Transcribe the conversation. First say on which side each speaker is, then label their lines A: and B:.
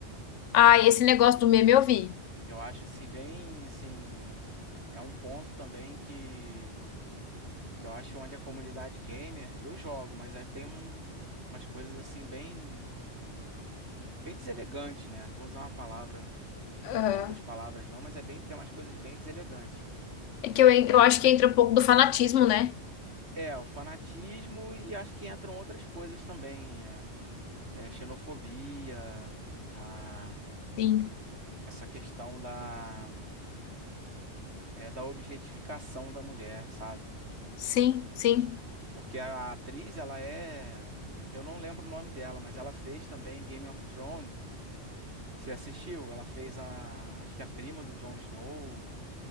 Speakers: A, on the left; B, on the right.
A: Ah, e esse negócio do meme eu vi.
B: Eu acho assim, bem assim. É um ponto também que, que eu acho onde a comunidade gamer, eu jogo, mas aí tem um- umas coisas assim bem, bem deselegantes, né? Vou usar uma palavra, não
A: aham.
B: vou usar outras palavras não, mas é bem, tem umas coisas bem deselegantes.
A: É que eu, en- eu acho que entra um pouco do fanatismo, né?
B: É, o fanatismo e acho que entram outras coisas também. É, é, xenofobia, a-
A: Sim,
B: essa questão da, é, da objetificação da mulher, sabe?
A: sim, Sim.
B: Eles- Porque a atriz, ela é. Eu não lembro o nome dela, mas ela fez também Game of Thrones. Você assistiu? Ela fez a. Acho que a prima do Jon Snow.